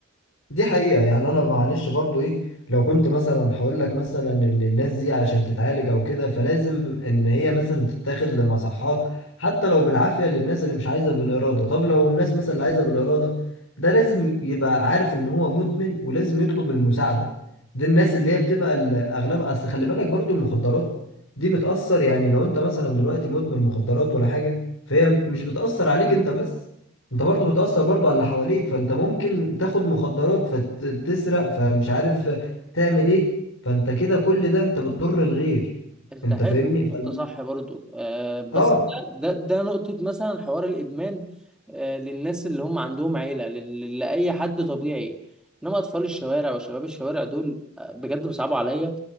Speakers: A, on the left; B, in the centre.
A: دي حقيقة يعني أنا معلش برضو إيه لو كنت مثلا هقول لك مثلا إن الناس دي عشان تتعالج أو كده فلازم إن هي مثلا تتاخد لمصحات حتى لو بالعافية للناس اللي مش عايزة بالإرادة طب لو الناس مثلا اللي عايزة بالإرادة ده لازم يبقى عارف إن هو مدمن ولازم يطلب المساعدة دي الناس اللي هي بتبقى ال- أغلبها أصل خلي بالك برضو المخدرات دي بتأثر يعني لو أنت مثلا دلوقتي مدمن مخدرات ولا حاجة فهي مش بتأثر عليك أنت بس انت برضو بتأثر برضو على اللي حواليك فانت ممكن تاخد مخدرات فتسرق فمش عارف تعمل ايه فانت كده كل ده انت بتضر الغير
B: انت
A: انت
B: حلو
A: فاهمني ف...
B: انت صح برضو آه بس
A: اه
B: ده ده ده نقطه مثلا حوار الادمان آه للناس اللي هم عندهم عيله لل- لاي حد طبيعي انما اطفال الشوارع وشباب الشوارع دول آه، بجد بيصعبوا عليا